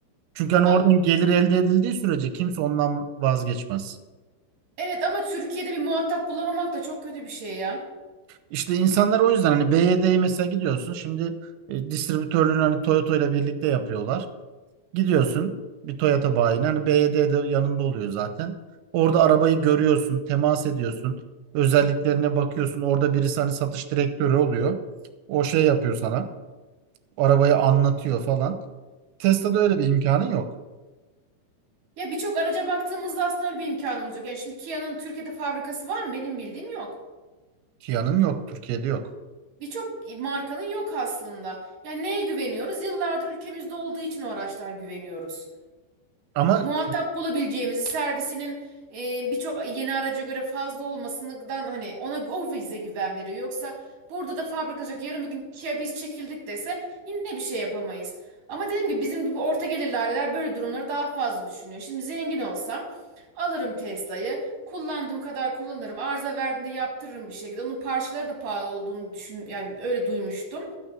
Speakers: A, on the right; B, on the right.
A: Çünkü hani
B: A-
A: oradan gelir elde edildiği sürece kimse ondan vazgeçmez.
B: evet ama Türkiye'de bir muhatap bulamamak da çok kötü bir şey ya.
A: İşte insanlar o yüzden hani BYD'ye mesela gidiyorsun. Şimdi e, distribütörlüğünü hani Toyota ile birlikte yapıyorlar. Gidiyorsun bir Toyota bayine hani BYD de yanında oluyor zaten. Orada arabayı görüyorsun, temas ediyorsun. Özelliklerine bakıyorsun. Orada birisi hani satış direktörü oluyor. O şey yapıyor sana. Arabayı anlatıyor falan. Tesla'da öyle bir imkanın yok.
B: Ya birçok araca baktığımızda aslında öyle bir imkanımız yok. Yani şimdi Kia'nın Türkiye'de fabrikası var mı? Benim bildiğim yok.
A: Kia'nın yok. Türkiye'de yok.
B: Birçok markanın yok aslında. Yani neye güveniyoruz? Yıllardır ülkemizde olduğu için o araçlar güveniyoruz.
A: Ama
B: muhatap bulabileceğimizi, servisinin e, birçok yeni araca göre fazla olmasından hani ona o bize güven veriyor. Yoksa burada da fabrika olacak. Yarın bir gün Kia biz çekildik dese yine bir şey yapamayız. Ama dediğim gibi bizim gibi orta gelirliler böyle durumları daha fazla düşünüyor. Şimdi zengin olsam alırım Tesla'yı. Kullandığım kadar kullanırım. Arıza verdiğinde yaptırırım bir şekilde. Onun parçaları da pahalı olduğunu düşün yani öyle duymuştum.